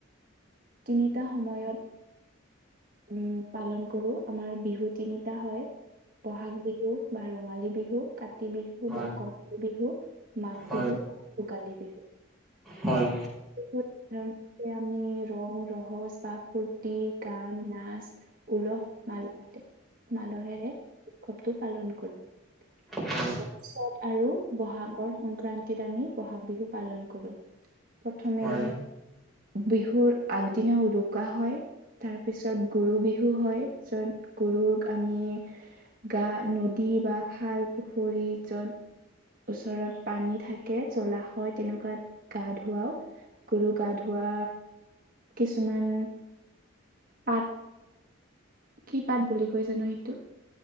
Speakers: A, on the right (about 40°); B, in the centre.
A: তিনিটা সময়ত উম, পালন কৰো আমাৰ বিহু তিনিটা হয়। ব'হাগ বিহু বা ৰঙালী বিহু কা কাতি বিহু
B: হয়,
A: বা ক বিহু, মাঘ
B: হয়,
A: বিহু, ভোগালী বিহু।
B: হয়।
A: বহুত <unintelligible> আমি ৰং -ৰহজ বা ফূৰ্তি, গান, নাচ উলহ মালহতে, মালহেৰে উৎসৱটো পালন কৰোঁ।
B: হয়,
A: চ'ত -চ'ত আৰু বহাগৰ সংক্ৰান্তিত আমি বহাগ বিহু পালন কৰোঁ। প্ৰথমে
B: হয়,
A: বিহুৰ আগদিনা উৰুকা হয়। তাৰপিছত গৰু বিহু হয় য'ত গৰুক আমি গা নদী বা খাল পুখুৰী য'ত ওচৰত পানী থাকে জলাশয় তেনেকুৱাত গা ধুৱাও, গৰু গা ধোৱা। কিছুমান পাত, কি পাত বুলি কৈ জানো সেইটো?